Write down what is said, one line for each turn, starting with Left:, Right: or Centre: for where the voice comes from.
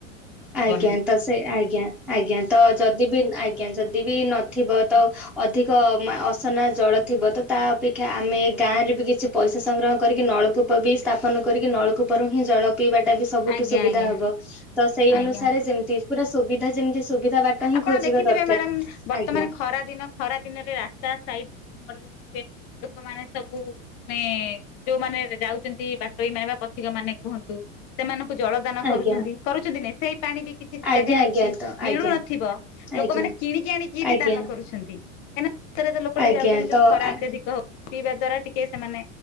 Centre: ଆଜ୍ଞା
Left: ନାହିଁ।
Centre: ତ ସେ ଆଜ୍ଞା ଆଜ୍ଞା ତ ଯଦି ବି ଆଜ୍ଞା ଯଦି ବି ନଥିବ, ତ ଅଧିକ ଅସନା ଜଳ ଥିବ ତ ତା ଅପେକ୍ଷା ଆମେ ଗାଁରେ ବି କିଛି ପଇସା ସଂଗ୍ରହ କରିକି ନଳକୂପ ବି ସ୍ଥାପନ କରିକି ନଳକୂପରୁ ହିଁ ଜଳ, ପିଇବା ଟା ବି ସବୁଠୁ
Left: ଆଜ୍ଞା
Centre: ସୁବିଧା
Left: ଆଜ୍ଞା
Centre: ହବ। ସେଇ
Left: ଆଜ୍ଞା।
Centre: ଅନୁସାରେ ଯେମିତି ପୁରା ସୁବିଧା ଯେମିତି ସୁବିଧା ବାଟ ହିଁ
Left: ଆପଣ
Centre: ଖୋଜିବା
Left: ଦେଖିଥିବେ
Centre: ଦରକାର
Left: ମ୍ୟାଡ଼ାମ ବର୍ତ୍ତମାନ
Centre: ଆଜ୍ଞା
Left: ଖରା ଦିନ ଖରା ଦିନରେ ରାସ୍ତା ସାଇଟି - ଦେଖିବେ ଲୋକମାନେ ସବୁ ମାନେ ଯୋଉମାନୋନ ଯାଉଛନ୍ତି ବାଟୋଇ ମାନେ ବା ପଥିକ ମାନେ କୁହନ୍ତୁ ସେମାନଙ୍କୁ। ଜଳ ଦାନ କରୁଛନ୍ତି
Centre: ଆଜ୍ଞା
Left: କରୁଛନ୍ତି କରୁଛନ୍ତି କି ନାହିଁ? ପାଣି ବି କିଛି ଜାଗାରେ
Centre: ଆଜ୍ଞା ଆଜ୍ଞା
Left: ଅଛି
Centre: ତ
Left: ନଳୁ
Centre: ଆଜ୍ଞା
Left: ନ ଲୋକମାନେ
Centre: ଆଜ୍ଞା
Left: କିଣିକି ଆଣିକି ବି
Centre: ଆଜ୍ଞା
Left: ଦାନ କରୁଛନ୍ତି। ଏ, ଷରେ ତ ଲୋକଟେ
Centre: ଆଜ୍ଞା
Left: ଯାଉଛନ୍ତି ଯୋଉ
Centre: ତ
Left: ଖରା
Centre: ଆ-
Left: ଅତ୍ୟଧିକ ହଉଛି। ପିଇବା ଦ୍ଵାରା ଟିକେ ସେମାନେ